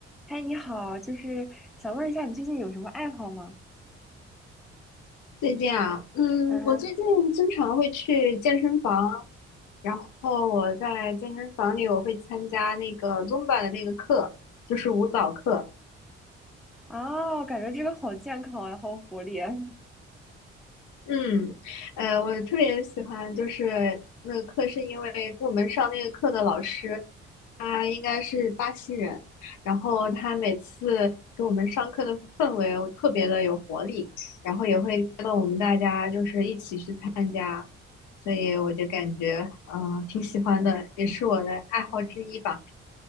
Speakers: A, in the centre; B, on the left.
A: 嗨，你好，就是想问一下，你最近有什么爱好吗？
B: 最近啊，嗯，
A: 嗯，
B: 我最近经常会去健身房，然后我在健身房里我会参加那个 Zumba 的那个课，就是舞蹈课。
A: 哦，感觉这个好健康呀，好活力。<laughs>
B: 嗯，呃，我特别喜欢就是那个课，是因为我们上那个课的老师，他应该是巴西人，然后他每次给我们上课的氛围我特别的有活力，然后也会带动我们大家就是一起去参加，所以我就感觉嗯、呃挺喜欢的，也是我的爱好之一吧。